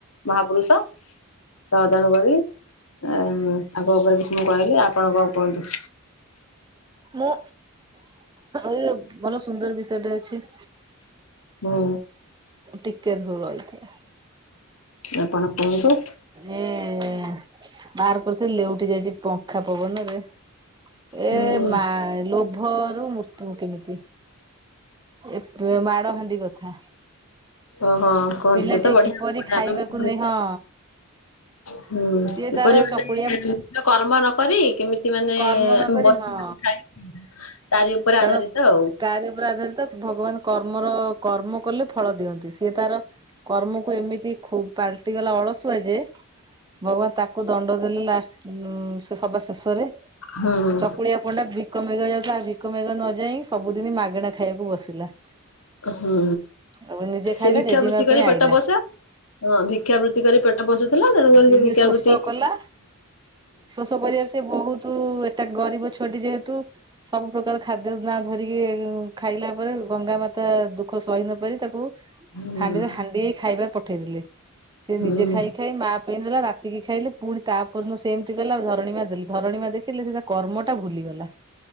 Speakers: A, on the left; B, on the right.
A: ମହାପୁରୁଷ ତ ତେଣୁ କରି ଉ ତାଙ୍କ ଉପରେ କିଛି ମୁଁ କହିଲି ଆପଣ କଣ କୁହନ୍ତୁ?
B: ମୁଁ ଏ ଭଲ ସୁନ୍ଦର ବିଷୟଟେ ଅଛି।
A: ହୁଁ
B: ଟିକେ ଝୁଅ ରହିଥା।
A: ଆପଣ କୁହନ୍ତୁ।
B: ଏ ବାହାର କରୁଥିଲି ଲେଉଟି ଯାଇଛି ପଙ୍ଖା ପବନରେ ଏ
A: ହୁଁ
B: ମା ଲୋଭରୁ ମୃତ୍ୟୁ କେମିତି। ଏତେ ମାଡ଼ହାଣ୍ଡି କଥା।
A: ସେ ହଁ କହନ୍ତି
B: ପିଲାଟିଏ
A: ସେ ତ ବଢିଆ
B: କିପରି
A: <unintelligible>
B: ଖାଇବାକୁ ନେଇ ହଁ
A: ହୁଁ
B: ସିଏ ତାର
A: ଏପରି ମାନେ
B: ଚକୁଳିଆ
A: କର୍ମ ନ କରି କେମିତି ମାନେ
B: କର୍ମ ନ କରି
A: ବସି
B: ହଁ
A: ବସି ଖାଇବା <unintelligible> ତାରି ଉପରେ
B: କାରଣ
A: ଆଧାରିତ ଆଉ।
B: ତାରି ଉପରେ ଆଧାରିତ ଭଗବାନ କର୍ମର କର୍ମ କଲେ ଫଳ ଦିଅନ୍ତି ସିଏ ତାର କର୍ମକୁ ଏମିତି ଖୁବ୍ ପାଲଟିଗଲା ଅଳସୁଆ ଯେ ଭଗବାନ ତାକୁ ଦଣ୍ଡ ଦେଲେ ଲାଷ୍ଟ ଉ ସେ ସବା ଶେଷରେ
A: ହୁଁ
B: କୁଳିଆ ପଣ୍ଡା ଭିକ ମାଗିବାକୁ ଯାଉଥିଲା ଆଉ ଭିକ ମାଗିବାକୁ ନ ଯାଇ ସବୁଦିନ ମାଗେଣା ଖାଇବାକୁ ବସିଲା।
A: ହୁଁ
B: ଆଉ ନିଜେ ଖାଇଲା
A: ସେ ଭିକ୍ଷାବୃତ୍ତି
B: ଜେଜେମା
A: କରି
B: ପାଇଁ ଆଇଲା
A: ପେଟ ପୋଷେ ହଁ ଭିକ୍ଷାବୃତ୍ତି କରି ପେଟ ପୋଷୁଥିଲା ତେଣୁକରି
B: ଦିନେ
A: ସେ ଭିକ୍ଷାବୃତ୍ତି
B: ଶୋଷ କଲା ଶୋଷ ପରିବେଶ ବହୁତୁ, ଏଟା ଗରିବ ଛୁଆଟି ଯେହେତୁ, ସବୁ ସବୁ ପ୍ରକାର ଖାଦ୍ୟର ନାଁ ଧରିକି ଖାଇଲା ପରେ ଗଙ୍ଗା ମାତା ଦୁଃଖ ସହି ନ ପାରି ତାକୁ
A: ହୁଁ
B: ହାଣ୍ଡିରେ ହାଣ୍ଡିଏ ଖାଇବା ପଠେଇଦେଲେ, ସେ
A: ହୁଁ।
B: ନିଜେ ଖାଇ ଖାଇ ମା ପାଇଁ ନେଲା ରାତି ସେତିକି ଖାଇଲେ ପୁଣି ତାପରଦିନ ସେମିତି ଗଲା ଧରଣୀମା ଦେଲେ, ଧରଣୀମା ଦେଖିଲେ ସେ ତା କର୍ମଟା ଭୁଲିଗଲା।